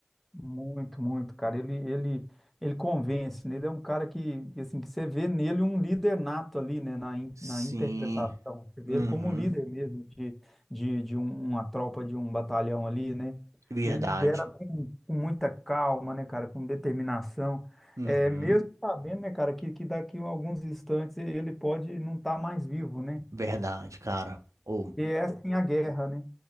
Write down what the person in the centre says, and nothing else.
Muito, muito, cara. Ele, ele, ele convence, né? Ele é um cara que, que, assim, que você vê nele um líder nato ali, né? Na, in-
na interpretação. Você vê
ele como líder mesmo de, de, de um- uma tropa, de um batalhão ali, né?
Ele lidera com, com muita calma, né, cara? Com determinação.
É, mesmo sabendo, né, cara, que, que daqui a alguns instantes ele pode não estar mais vivo, né?
E é assim a guerra, né?